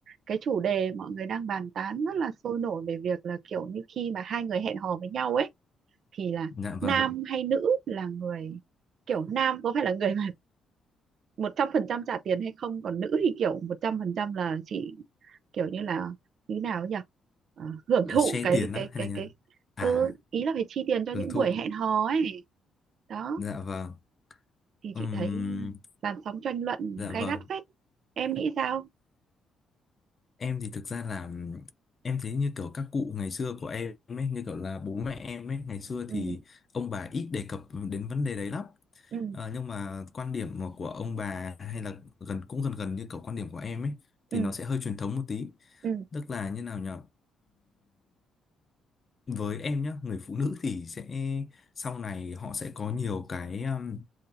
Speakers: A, on the right; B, on the left.
A: cái chủ đề mọi người đang bàn tán rất là sôi nổi về việc là kiểu như khi mà hai người hẹn hò với nhau ấy thì là
B: Dạ vâng.
A: nam hay nữ là người kiểu nam có phải là người mà một trăm phần trăm trả tiền hay không còn nữ thì kiểu một trăm phần trăm là chỉ kiểu như là như nào ấy nhỉ Ờ, hưởng
B: Ờ,
A: thụ
B: Share
A: cái
B: tiền á
A: cái
B: hay
A: cái
B: là như
A: cái
B: nào? À,
A: ừ, ý là phải chi tiền cho
B: hưởng
A: những
B: thụ.
A: buổi hẹn hò ấy đó
B: Dạ vâng.
A: thì
B: Ừm,
A: chị thấy làn sóng tranh luận
B: dạ
A: gay
B: vâng.
A: gắt phết em nghĩ sao
B: Em thì thực ra là ừm, em thấy như kiểu các cụ ngày xưa của em ấy, như kiểu là bố mẹ em ấy, ngày xưa
A: ừ
B: thì ông bà ít đề cập đến vấn đề đấy lắm.
A: ừ
B: Ờ, nhưng mà quan điểm mà của ông bà hay là gần cũng gần gần như kiểu quan điểm của em ấy thì
A: ừ
B: nó sẽ hơi truyền thống một tí.
A: ừ
B: Tức là như nào nhỉ? với em nhá người phụ nữ thì sẽ sau này họ sẽ có nhiều cái um,